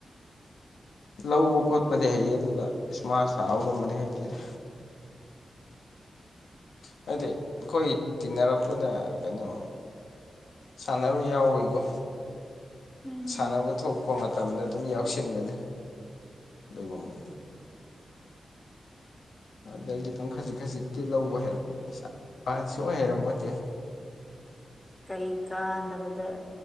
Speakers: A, on the left; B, on the left.
A: ꯂꯧꯕ ꯈꯣꯠꯄꯗꯤ ꯍꯩꯌꯦ ꯑꯗꯨꯒ ꯁꯃꯥꯁ ꯁꯥꯕ ꯒꯨꯝꯕꯗꯤ ꯍꯩꯇꯦꯗ ꯅꯠꯇꯦ ꯈꯣꯏ ꯇꯤꯟꯅꯔꯛꯄꯗ ꯀꯩꯅꯣ ꯁꯥꯟꯅꯔꯣꯏ ꯌꯥꯎꯋꯤꯀꯣ
B: ꯎꯝ
A: ꯁꯥꯟꯅꯕ ꯊꯣꯛꯄ ꯃꯇꯝ ꯃꯇꯝꯗꯥ ꯑꯗꯨꯝ ꯌꯥꯎꯁꯤꯟꯕꯗꯣ ꯑꯗꯨꯒꯨꯝꯕꯥ ꯑꯗꯒꯤ ꯑꯗꯨꯝ ꯈꯖꯤꯛ ꯈꯖꯤꯛꯇꯤ ꯂꯧꯕ ꯍꯩꯔꯛꯄꯥ ꯍꯥꯟꯅ ꯁꯨꯍꯩ ꯍꯩꯔꯝꯕꯣꯇꯦ
B: ꯀꯩ ꯀꯥꯟꯗꯕꯥꯗ